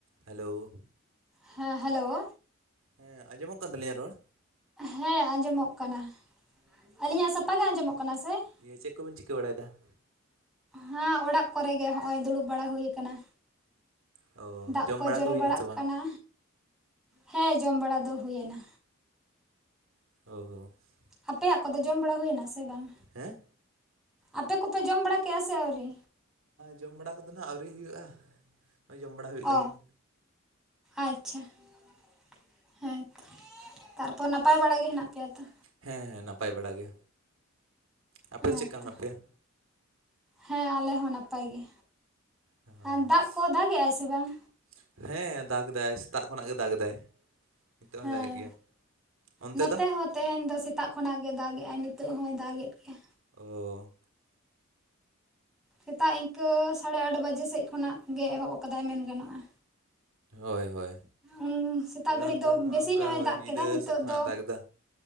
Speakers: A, on the right; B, in the centre.
A: Hello
B: ᱦᱮᱸ hello,
A: ᱦᱮᱸ ᱟᱸᱡᱚᱢᱚᱜ ᱠᱟᱱ ᱛᱟᱹᱞᱤᱧᱟ ᱨᱚᱲ?
B: ᱦᱮᱸ ᱟᱸᱡᱚᱢᱼᱚᱜ ᱠᱟᱱᱟ ᱟᱹᱞᱤᱧ-ᱟᱜ ᱥᱟᱯᱷᱟ ᱜᱮ ᱟᱸᱡᱚᱢ-ᱚᱜ ᱠᱟᱱᱟ ᱥᱮ <inaudible>
A: ᱫᱤᱭᱮ ᱪᱮᱫ ᱠᱚᱵᱤᱱ ᱪᱤᱠᱟᱹ ᱵᱟᱲᱟᱭᱮᱫᱟ
B: ᱦᱮᱸ ᱚᱲᱟᱜ ᱠᱚᱨᱮ ᱜᱮ ᱦᱚᱜᱼᱚᱭ ᱫᱩᱲᱩᱵ ᱵᱟᱲᱟ ᱦᱩᱭ ᱟᱠᱟᱱᱟ
A: ᱚ
B: ᱫᱟᱜ
A: ᱡᱚᱢ
B: ᱠᱚ
A: ᱵᱟᱲᱟ
B: ᱡᱚᱨᱚ
A: ᱦᱩᱭᱱᱟ
B: ᱵᱟᱲᱟᱜ
A: ᱥᱮ ᱵᱟᱝ
B: ᱠᱟᱱᱟ ᱦᱮᱸ ᱡᱚᱢ ᱵᱟᱲᱟ ᱫᱚ ᱦᱩᱭ ᱮᱱᱟ
A: <unintelligible>
B: ᱟᱯᱮᱭ-ᱟᱜ ᱠᱚ ᱫᱚ ᱡᱚᱢ ᱵᱟᱲᱟ ᱦᱩᱭ-ᱱᱟ ᱥᱮ ᱵᱟᱝ
A: ᱦᱮᱸ
B: ᱟᱯᱮ ᱠᱚ ᱯᱮ ᱡᱚᱢ ᱵᱟᱲᱟ ᱠᱮᱜ-ᱟ ᱥᱮ ᱟᱹᱣᱨᱤ
A: ᱡᱚᱢ ᱵᱟᱲᱟ ᱠᱚᱫᱚ ᱱᱟᱜ ᱟᱹᱣᱨᱤ ᱦᱩᱭᱩᱜᱼᱟ ᱱᱚᱜᱚᱭ ᱡᱚᱢ ᱵᱟᱲᱟ ᱦᱩᱭᱩᱜ ᱞᱟᱹᱜᱤᱫ
B: ᱚ ᱟᱪᱪᱷᱟ <inaudible> ᱦᱮᱸ ᱛᱟᱨᱯᱚᱨ ᱱᱟᱯᱟᱭ ᱵᱟᱲᱟ ᱜᱮ ᱦᱮᱱᱟᱜ ᱯᱮᱭᱟ ᱛᱚ
A: ᱦᱮᱸ ᱦᱮᱸ ᱱᱟᱯᱟᱭ ᱵᱟᱲᱟ ᱜᱮ ᱟᱯᱮ
B: ᱦᱮᱸᱛᱚ
A: ᱫᱚ ᱪᱮᱫᱠᱟ ᱢᱮᱱᱟᱜ ᱯᱮᱭᱟ
B: ᱦᱮᱸ ᱟᱞᱮ ᱦᱚᱸ ᱱᱟᱯᱟᱭ ᱜᱮ
A: ᱚ
B: ᱟᱨ ᱫᱟᱜ ᱠᱚ ᱫᱟᱜᱮᱜᱼᱟᱭ
A: <inaudible>
B: ᱥᱮ ᱵᱟᱝ
A: ᱦᱮᱸ ᱫᱟᱜᱽ ᱫᱟᱭ ᱥᱮᱛᱟᱜ ᱠᱷᱚᱱ-ᱟᱜ ᱜᱮ ᱫᱟᱜᱽ ᱫᱟᱭ ᱱᱤᱛᱚᱜ
B: ᱦᱮᱸ
A: ᱦᱚᱭ ᱫᱟᱜ-ᱮᱫ ᱜᱮᱭᱟ ᱚᱱᱛᱮ
B: ᱱᱚᱛᱮ
A: ᱫᱚ
B: ᱦᱚᱸ ᱛᱮᱦᱮᱧ ᱫᱚ ᱥᱮᱛᱟᱜ ᱠᱷᱚᱱᱟᱜ ᱜᱮ ᱫᱟᱜ ᱜᱮᱟᱭ ᱱᱤᱛᱚᱜ ᱦᱚᱸᱭ ᱫᱟᱜ ᱮᱫ ᱜᱮᱭᱟ
A: ᱚ
B: ᱥᱮᱛᱟᱜ ᱤᱱᱠᱟᱹ ᱥᱟᱲᱮ ᱟᱴ ᱵᱟᱡᱮ ᱥᱮᱫ ᱠᱷᱚᱱᱟᱜ ᱜᱮ ᱮᱦᱚᱵ ᱟᱠᱟᱫᱟᱭ ᱢᱮᱱ ᱜᱟᱱᱚᱜᱼᱟ
A: ᱦᱳᱭ ᱦᱳᱭ
B: ᱩᱱ ᱥᱮᱛᱟᱜ
A: ᱟᱞᱮ
B: ᱜᱷᱟᱹᱲᱤᱡ
A: ᱱᱚ ᱛᱮ
B: ᱫᱚ
A: ᱢᱟ
B: ᱵᱮᱥᱤ
A: ᱚᱝᱠᱟ
B: ᱧᱚᱜ ᱮ
A: ᱦᱳᱭ
B: ᱫᱟᱜ
A: ᱧᱤᱫᱟᱹ
B: ᱠᱮᱫᱟ ᱱᱤᱛᱚᱜ
A: ᱥᱮᱫ ᱠᱷᱚᱱᱟᱜ
B: ᱫᱚ
A: ᱮ ᱫᱟᱜᱽ ᱫᱟ